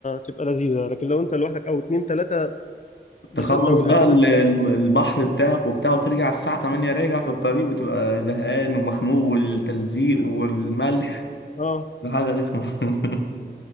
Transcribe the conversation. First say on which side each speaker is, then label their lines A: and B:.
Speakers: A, on the left; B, on the left.
A: تبقى لذيذه لكن لو انت لوحدك او اتنين تلاته
B: تخلص
A: بالذات لو الاهلي
B: بقى ال-
A: بس
B: الم-
A: يعني
B: البحر بتاعك وبتاع وترجع الساعة 8 راجع في الطريق بتبقى زهقان ومخنوق والتلزيق والملح
A: اه
B: ده حاجة رخمة <laughs>